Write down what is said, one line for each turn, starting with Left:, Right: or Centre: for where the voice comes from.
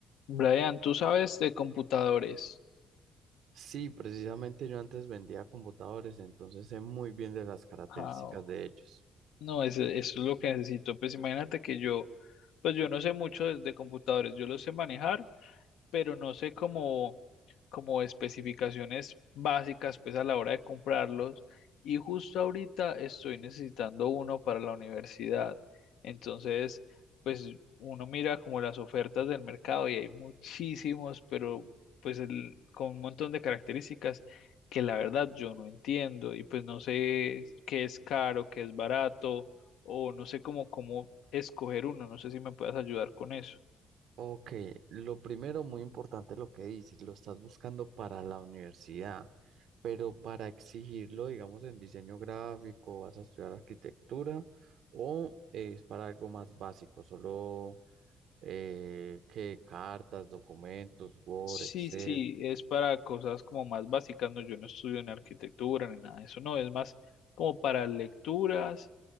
Left: Brian, tú sabes de computadores.
Right: Sí, precisamente yo antes vendía computadores, entonces sé muy bien de las características
Left: Ah,
Right: de ellos.
Left: no, ese- eso es lo que necesito. Pues imagínate que yo, pues yo no sé mucho de, de computadores, yo los sé manejar, pero no sé cómo como especificaciones básicas pues a la hora de comprarlos y justo ahorita estoy necesitando uno para la universidad. Entonces, pues uno mira como las ofertas del mercado y hay muchísimos, pero pues el- con un montón de características que la verdad yo no entiendo y pues no sé qué es caro, qué es barato o no sé cómo cómo escoger uno, no sé si me puedes ayudar con eso.
Right: Ok, lo primero, muy importante lo que dices, lo estás buscando para la universidad, pero para exigirlo, digamos, en diseño gráfico, vas a estudiar arquitectura o es para algo más básico, solo eh, que cartas, documentos, Word,
Left: Sí,
Right: Excel.
Left: sí, es para cosas como más básicas, no, yo no estudio en arquitectura ni nada de eso, no, es más como para lecturas